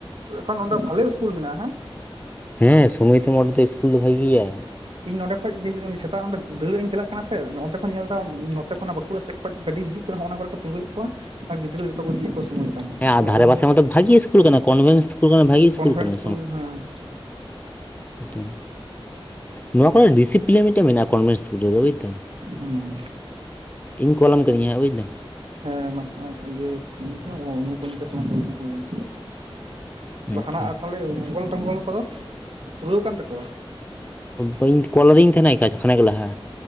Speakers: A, on the right; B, on the left.
A: ᱮᱠᱷᱚᱱ ᱚᱸᱰᱮ ᱵᱷᱟᱞᱮ ᱤᱥᱠᱩᱞ ᱢᱮᱱᱟᱜ-ᱟ᱾
B: ᱦᱮᱸ ᱥᱳᱢᱚᱭ ᱛᱮ ᱢᱚᱴ ᱫᱚ ᱤᱥᱠᱩᱞ ᱫᱚ ᱵᱷᱟᱜᱮ ᱜᱮᱭᱟ
A: ᱤᱧ ᱱᱚᱸᱰᱮ ᱠᱷᱚᱡ ᱡᱮ ᱥᱮᱛᱟᱜ ᱚᱸᱰᱮ ᱫᱟᱹᱲ ᱤᱧ ᱪᱟᱞᱟᱜ ᱠᱟᱱᱟ ᱠᱟᱱᱟ ᱥᱮ ᱚᱱᱛᱮ ᱠᱷᱚᱱ ᱤᱧ ᱧᱮᱞ ᱮᱫᱟ ᱱᱚᱛᱮ ᱠᱷᱚᱱᱟᱜ ᱵᱟᱸᱠᱩᱲᱟ ᱥᱮᱫ ᱠᱷᱚᱱᱟᱜ ᱜᱟᱹᱰᱤ ᱦᱤᱡᱩᱜ ᱠᱟᱱᱟ ᱱᱚᱜᱼ ᱚᱱᱟ ᱠᱚᱨᱮ ᱠᱚ ᱛᱤᱜᱩᱭᱮᱫ ᱠᱚᱣᱟ ᱟᱨ ᱜᱤᱫᱽᱨᱟᱹ ᱡᱚᱛᱚ ᱠᱚ ᱤᱫᱤᱭᱟᱹ ᱠᱚ ᱥᱚᱢᱚᱭ
B: ᱦᱮᱸ ᱟᱨ ᱫᱷᱟᱨᱮ
A: ᱧᱮᱞᱚᱜ
B: ᱯᱟᱥᱮ
A: ᱠᱟᱱᱟ
B: ᱢᱟᱛᱚ ᱵᱷᱟᱜᱤ ᱤᱥᱠᱩᱞ ᱠᱟᱱᱟ ᱠᱚᱱᱵᱷᱮᱱᱴ ᱤᱥᱠᱩᱞ ᱠᱟᱱᱟ ᱵᱷᱟᱜᱤ ᱤᱥᱠᱩᱞ
A: ᱠᱚᱱᱵᱷᱮᱱᱴ
B: ᱠᱟᱱᱟ
A: ᱮᱥᱠᱩᱞ ᱦᱮᱸ <inaudible>
B: ᱢᱤᱫᱴᱤᱡ ᱱᱚᱣᱟ ᱠᱚᱨᱮ ᱰᱤᱥᱤᱯᱞᱤᱱ ᱢᱤᱫᱴᱮᱱ ᱢᱮᱱᱟᱜ-ᱟ ᱠᱚᱱᱵᱷᱮᱱᱴ ᱤᱥᱠᱩᱞ ᱨᱮᱫᱚ ᱵᱩᱡ ᱫᱟᱢ
A: ᱦᱩᱸ᱾
B: ᱤᱧ ᱠᱚᱞᱟᱢ ᱠᱟᱱᱤᱧ ᱦᱟᱜ ᱵᱩᱡᱽ ᱫᱟᱢ
A: ᱦᱮᱸ ᱢᱟ ᱤᱭᱟᱹ ᱚᱱᱩᱯᱚᱱᱪᱟᱥ ᱢᱟ ᱦᱩᱭ ᱢᱟ ᱦᱩᱭᱮᱱ᱾
B: ᱢᱤᱫᱴᱮᱱ
A: ᱦᱟᱱᱟ ᱛᱟᱦᱚᱞᱮ ᱢᱚᱝᱜᱚᱞ ᱴᱚᱝᱜᱚᱞ ᱠᱚᱫᱚ ᱯᱩᱨᱟᱹᱣ ᱠᱟᱱ ᱛᱟᱠᱚᱣᱟ?
B: ᱵᱟᱹᱧ ᱠᱚᱞ ᱟᱫᱤᱧ ᱛᱟᱦᱮᱱᱟ ᱠᱷᱟᱱᱮᱜ ᱞᱟᱦᱟ᱾